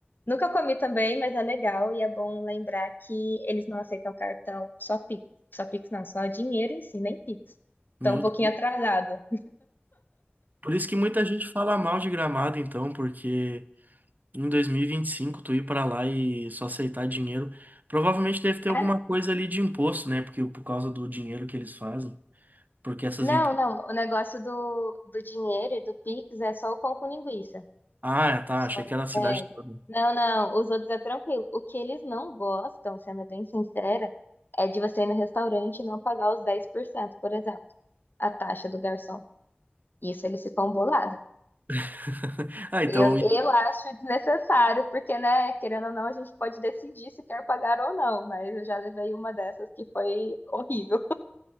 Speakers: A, on the left; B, on the right.
A: Nunca comi também, mas é legal e é bom lembrar que eles não aceitam cartão, só Pix. Só Pix não, só dinheiro em si, nem Pix.
B: Meu
A: Então um pouquinho
B: Deus.
A: atrasado.
B: Por isso que muita gente fala mal de Gramado, então, porque em 2025 tu ir pra lá e só aceitar dinheiro, provavelmente deve ter
A: Ah,
B: alguma coisa ali de imposto, né? Porque por causa do dinheiro que eles fazem, porque essas
A: Não,
B: empresas.
A: não, o negócio do, do dinheiro e do Pix é só o pão com linguiça.
B: Ah, tá,
A: Só-
B: achei que era a cidade
A: É.
B: toda.
A: Não, não, os outros é tranquilo. O que eles não gostam, sendo bem sincera, é de você ir no restaurante e não pagar os dez por cento, por exemplo, a taxa do garçom. Isso eles ficam bolados.
B: <laughs> Ah, então.
A: Eu, eu acho desnecessário, porque, né, querendo ou não, a gente pode decidir se quer pagar ou não, mas eu já levei uma dessas que foi horrível.